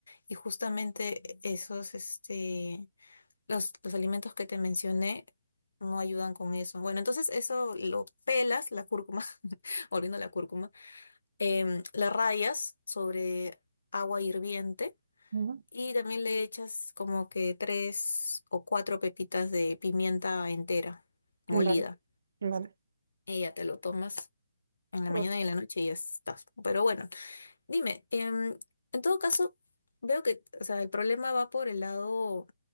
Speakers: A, on the left; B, on the right.
A: Y justamente esos, este, los, los alimentos que te mencioné no ayudan con eso. Bueno, entonces eso lo pelas, la cúrcuma, <laughs> volviendo a la cúrcuma, em, la rayas sobre agua hirviente
B: Ujú.
A: y también le echas como que tres o cuatro pepitas de pimienta entera, molida.
B: Vale, vale.
A: Y ya te lo tomas en la
B: Ok.
A: mañana y en la noche y ya estás. Pero bueno, dime, em, en todo caso, veo que, o sea, el problema va por el lado